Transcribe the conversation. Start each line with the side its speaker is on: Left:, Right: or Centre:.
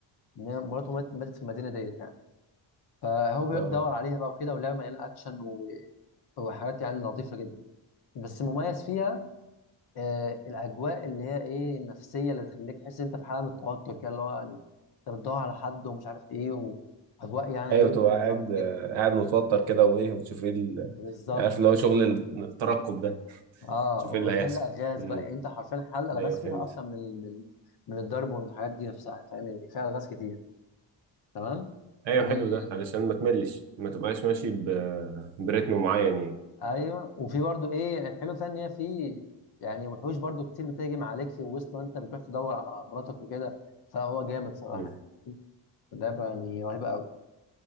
Left: ان هي مراته مات- ماتت في المدينه ديت يعني فهو بيقعد
Right: اه
Left: يدور عليها بقى وكده واللعبه مليانه اكشن و... وحاجات يعني لطيفه جدا بس المميز فيها آه الاجواء اللي هي ايه النفسيه اللي بتخليك تحس إن انت في حاله من التوتر كده اللي هو يعني انت بتدور على حد ومش عارف ايه واجواء يعني
Right: ايوه
Left: ايه
Right: تبقى
Left: بتوترك
Right: قاعد
Left: جدا
Right: قاعد متوتر كده وايه وتشوف ايه ال-
Left: بالظبط
Right: عارف اللي هو شغل الترقب ده
Left: اه
Right: شوف
Left: وبتحل
Right: ايه اللي هيحصل
Left: الغاز
Right: امم
Left: بقى يعني انت حرفيا حل الغاز
Right: ايوه فهمت
Left: فيها اكتر من من من الضرب والحاجات دي نفسها فاهم يعني فيها الغاز كتير تمام
Right: ايوه
Left: وبالظبط
Right: حلو ده علشان ما تملش ما تبقاش ماشي ب... برتم معين يعني
Left: ايوه وفي برضو ايه الحلو فيها ان هي في يعني وحوش برضو كتير بتهجم عليك في الوسط وانت بتروح تدور على مراتك وكده فهو جامد صراحه
Right: مم.
Left: يعني لعبه يعني رهيبه قوي